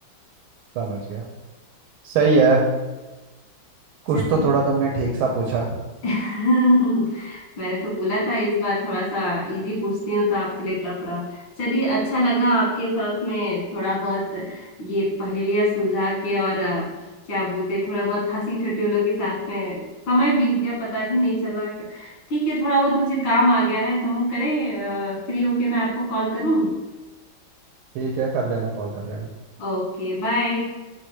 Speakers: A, on the right; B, on the left.
A: समझ गया सही है कुछ
B: चलिए
A: तो थोड़ा तुमने ठीक सा पूछा
B: <laughs> मैंने तो बोला था इस बार थोड़ा सा इजी पूछती हूँ तो आपके लिए टफ रहा चलिए अच्छा लगा आपके साथ में थोड़ा बहुत ये पहेलियां सुलझा के और अ, क्या बोलते हैं, थोड़ा बहुत हंसी ठटोलों के साथ में समय बीत गया पता ही नहीं चला ठीक है थोड़ा बहुत मुझे काम आ गया है तो हम करें फ्री होके मैं आपको कॉल करूँ
A: ठीक है कर लेना कॉल कर लेना
B: Okay bye